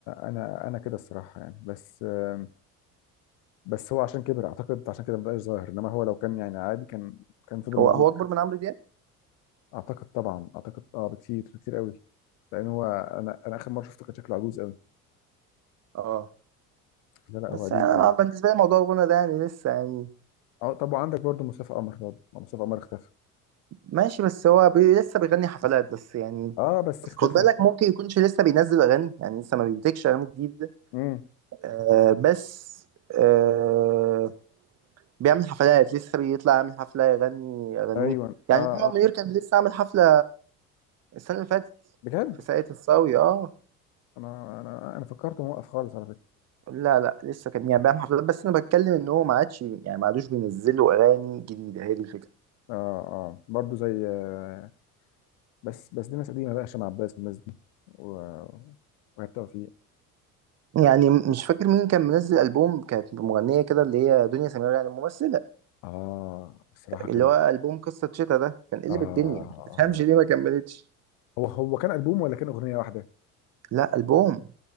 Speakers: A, on the left; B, on the right.
A: انا انا كده الصراحه يعني بس آم، بس هو عشان كبر اعتقد عشان كده مبقاش ظاهر انما هو لو كان يعني عادي كان كان فضل
B: هو
A: موجود
B: هو اكبر من عمرو دياب
A: اعتقد طبعا اعتقد اه بكتير بكتير قوي لان هو انا انا اخر مره شفته كان شكله عجوز قوي
B: اه
A: لا لا
B: بس
A: هو قديم
B: انا
A: قوي
B: بالنسبه لي موضوع الغنى ده يعني لسه يعني
A: اه طب وعندك برضو مصطفى قمر برضو ما مصطفى قمر اختفى
B: ماشي بس هو بي لسه بيغني حفلات بس يعني
A: اه بس اختفى
B: خد بالك ممكن يكونش لسه بينزل اغاني يعني لسه ما بينتجش اغاني جديده
A: امم
B: آه بس آه بيعمل حفلات لسه بيطلع يعمل حفلة يغني أغانيه
A: ايوه
B: يعني
A: اه
B: محمد
A: اه
B: منير كان لسه عامل حفلة السنة اللي فاتت
A: بجد
B: في ساقية الصاوي اه
A: انا انا انا فكرت موقف خالص على فكره
B: لا لا لسه كان يعني بيعمل حفلات بس أنا بتكلم إن هو ما عادش يعني ما عادوش بينزلوا أغاني جديدة هي دي الفكرة
A: اه اه برضو زي آه بس بس دي ناس قديمه بقى هشام عباس والناس دي و... وهاب توفيق
B: يعني مش فاكر مين كان منزل ألبوم كانت مغنية كده اللي هي دنيا سمير يعني الممثلة
A: اه الصراحه
B: اللي
A: كانت
B: هو ألبوم قصة شتا ده كان قلب
A: آه, آه
B: الدنيا ما تفهمش ليه ما كملتش
A: هو هو كان البوم ولا كان اغنيه واحده
B: لا ألبوم